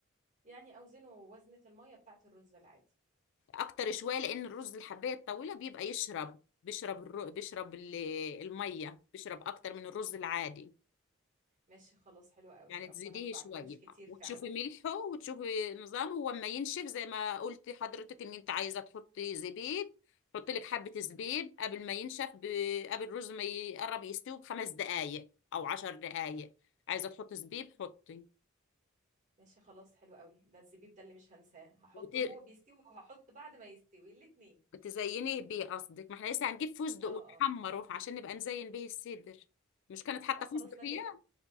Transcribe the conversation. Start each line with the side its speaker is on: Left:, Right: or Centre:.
Right: يعني اوزنه وزنة المية بتاعة الرز العادي
Left: اكتر شويه لان الرز الحبايه الطويله بيبقى يشرب بيشرب الر... بيشرب ال... الميه بيشرب اكتر من الرز العادي
Right: ماشي خلاص حلو قوي
Left: يعني تزيديه
Right: اصلا انا ما بعملوش
Left: شوية
Right: كتير
Left: وتشوفي
Right: فعلا
Left: ملحه وتشوفي نظامه هو ما ينشف زي ما قلتي حضرتك ان انت عايزة تحطي زبيب حطي لك حبة زبيب قبل ما ينشف ب... قبل الرز ما يقرب يستوي بخمس دقايق او عشر دقايق عايزة تحطي زبيب حطي
Right: ماشي خلاص حلو قوي ده الزبيب ده اللي مش هنساه هحطه
Left: وت...
Right: وهو بيستوي وهحط بعد ما يستوي الاتنين
Left: تزينيه بيه قصدك ما احنا لسه هنجيب فستق
Right: اه
Left: ونحمره
Right: اه
Left: عشان نبقى نزين بيه الصدر مش كانت حاطة
Right: لا خلاص
Left: فستق
Right: ما
Left: هي؟
Right: تقل